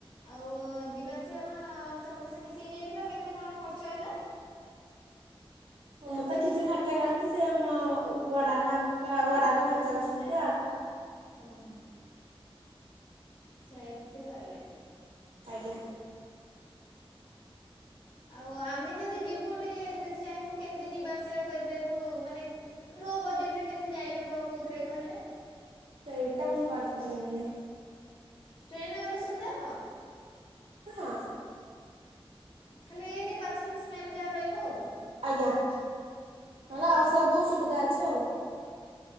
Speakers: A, on the left; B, on the right.
A: ଆଉ ଯିବା ଆସିବା କଣ ସମସ୍ତେ ମିଶିକ ଯାଇଥିଲ କେମିତି କଣ ଖର୍ଚ୍ଚ ହେଲା।
B: ମୁଁ ତ କିଛି ଖର୍ଚ୍ଚ କରିନି ସେ ମୋ ବଡବାପା ଙ୍କ ବଡବାପା ଖର୍ଚ୍ଚ କରିଛନ୍ତି ଆଉ।
A: ଓହୋ। ଆଛା ଏମିତି ତାହଲେ।
B: ଆଜ୍ଞା।
A: ଆଉ ଆମେ ଯଦି ଯିବୁ ଟିକେ ଯଦି ଚାହିଁବୁ କେମିତି ଯିବା ଆସିବା କରିପାରିବୁ ମାନେ। ନୋ ବଜେଟ୍ ରେ କେମିତି ଯାଇହବ କୋଉଥିରେ କହିଲେ।
B: ସେଇଟା ମୁଁ କହିପାରିବିନି।
A: ଟ୍ରେନ୍ ରେ ଗଲେ ସୁବିଧା ହବ।
B: ହଁ।
A: ଖାଲି ଏଇ ଟିକେ ବାଥରୁମ୍ ସ୍ମେଲ୍ ଯାହା ରହିବ ଆଉ।
B: ଆଜ୍ଞା ନହେଲେ
A: ଓହୋ
B: ଆଉ ସବୁ ସୁବିଧା ଅଛି ଆଉ।